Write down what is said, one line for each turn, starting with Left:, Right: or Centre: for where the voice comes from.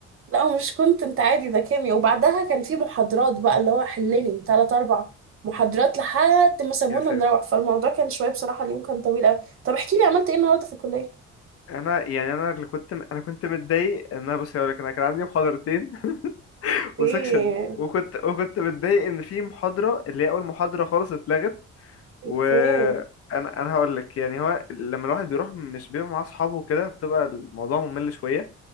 Right: لا مش كنت انت عادي ده كيمياء وبعدها كان في محاضرات بقى اللي هو حلني تلات اربع محاضرات لحد ما سابونا
Left: يا ساتر
Right: نروح فالموضوع كان شوية بصراحة اليوم كان طويل قوي طب احكي لي عملت ايه النهاردة في الكلية
Left: انا يعني انا اللي كنت انا كنت متضايق ان انا بص هقول لك انا كان عندي محاضرتين <laughs>
Right: ايه
Left: وسكشن وكنت وكنت متضايق ان في محاضره اللي هي اول محاضره خالص اتلغت وانا
Right: اوكي
Left: انا أنا هقول لك يعني هو لما الواحد بيروح مش بيبقى مع اصحابه كده بتبقى الموضوع ممل شويه